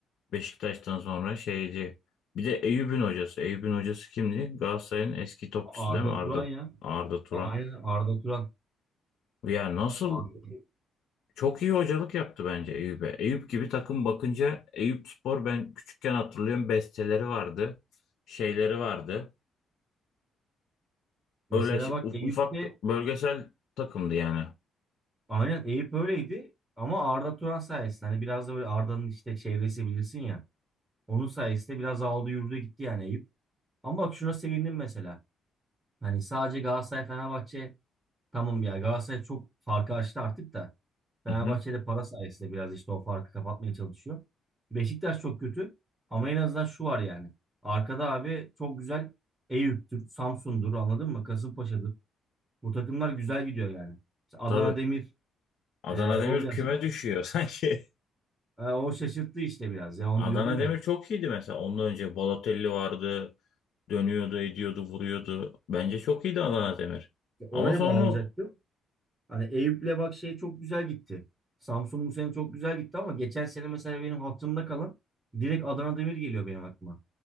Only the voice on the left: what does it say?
Beşiktaş'tan sonra şeyci. Bir de Eyüp'ün hocası. Eyüp'ün hocası kimdi? Galatasaray'ın eski topçusu
değil mi? Arda,
Arda Turan.
Ya nasıl
çok iyi hocalık yaptı bence Eyüp'e. Eyüp gibi takım bakınca Eyüp Spor ben küçükken hatırlıyorum besteleri vardı. Şeyleri vardı.
Öyle şey-
u-
ufak bölgesel takımdı yani.
Hı hı,
tabii.
Adana
Demir
küme düşüyor <laughs> sanki.
Adana
Demir
çok iyiydi mesela. Ondan önce Balotelli vardı. Dönüyordu, ediyordu, vuruyordu. Bence çok iyiydi Adana Demir.
Ama sonra